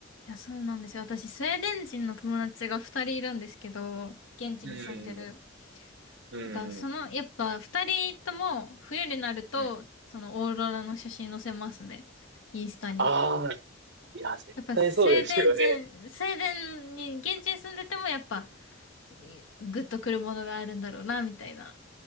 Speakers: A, on the left; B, on the right.
A: いや、そうなんですよ。私、スウェーデン人の友達が二人いるんですけど、現地に住んでる。
B: うん、うん、
A: だから、その、
B: うん、
A: やっぱ二人とも冬になると、
B: うん。
A: そのオーロラの写真載せますね。インスタに。
B: ああ、いや、絶対そうですよね。
A: やっぱスウェーデン人、スウェーデンに、現地に住んでてもやっぱ、いグッとくるものがあるんだろうな、みたいな。